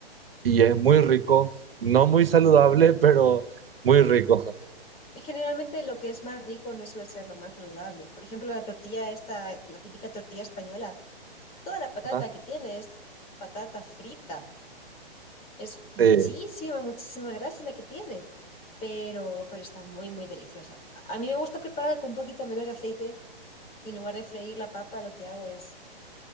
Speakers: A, on the right; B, on the left.
A: y es muy rico, no muy saludable, pero muy rico.
B: Generalmente lo que es más rico no suele ser lo más saludable. Por ejemplo, la tortilla esta, la típica tortilla española, toda
A: <laughs>
B: la patata
A: Ajá,
B: que tiene es patata frita. Es muchísima,
A: Sí,
B: muchísima grasa la que tiene, pero, pero está muy, muy deliciosa. A a mí me gusta preparar con un poquito menos de aceite y en lugar de freír la papa, lo que hago es,